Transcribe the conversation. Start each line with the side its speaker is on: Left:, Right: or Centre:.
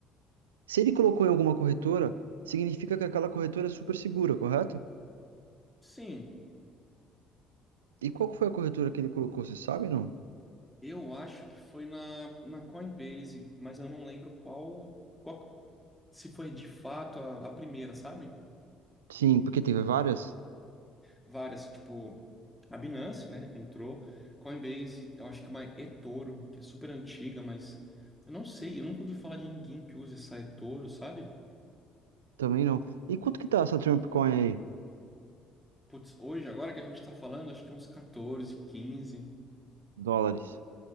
Right: se ele colocou em alguma corretora, significa que aquela corretora é super segura, correto?
Centre: Sim,
Right: E qual que foi a corretora que ele colocou, você sabe, não?
Centre: eu acho que foi na, na Coinbase, mas eu não lembro qual, qual se foi de fato a, a primeira, sabe?
Right: Sim, porque teve várias?
Centre: Várias, tipo, a Binance, né, que entrou, Coinbase, eu acho que uma eToro, que é super antiga, mas eu não sei, eu nunca ouvi falar de ninguém que usa essa eToro, sabe?
Right: Também não. E quanto que tá essa Trump Coin aí?
Centre: Putz, hoje, agora que a gente tá falando, acho que uns 14, 15
Right: Dólares?